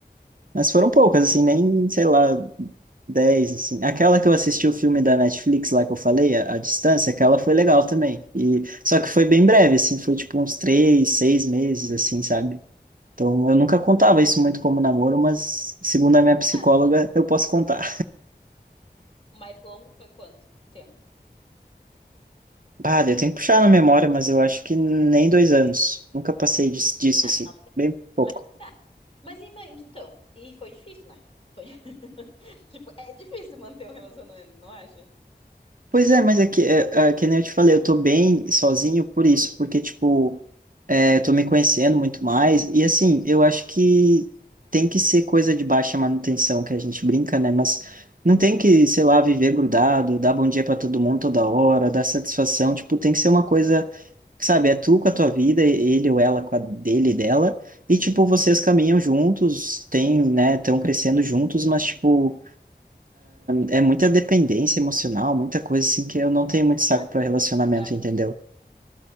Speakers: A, on the right; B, on the left.
A: Mas foram poucas, assim, nem, sei lá, 10 assim. Aquela que eu assisti o filme da Netflix lá que eu falei, a, a Distância, aquela foi legal também. E, só que foi bem breve, assim, foi tipo uns três, seis meses, assim, sabe? Então, eu nunca contava isso muito como namoro, mas segundo a minha psicóloga,
B: tá,
A: eu posso contar.
B: o mais longo foi quanto tempo?
A: Ah, eu tenho que puxar na memória, mas eu acho que nem dois anos. Nunca passei dis- disso,
B: Ah,
A: assim,
B: não, mas,
A: bem pouco.
B: mas tá. Mas em mente, então. E foi difícil, né? Foi, <laughs> tipo, é difícil manter um relacionamento, não acha?
A: Pois é, mas é que, é, é que nem eu te falei, eu tô bem sozinho por isso, porque, tipo, é, eu tô me conhecendo muito mais, e assim, eu acho que tem que ser coisa de baixa manutenção, que a gente brinca, né? Mas não tem que, sei lá, viver grudado, dar bom dia pra todo mundo toda hora, dar satisfação, tipo, tem que ser uma coisa Sabe, é tu com a tua vida, ele ou ela com a dele e dela, e tipo, vocês caminham juntos, tem, né, estão crescendo juntos, mas tipo, é muita dependência emocional, muita coisa assim que eu não tenho muito saco
B: Tá,
A: para relacionamento,
B: eu acho
A: entendeu?
B: que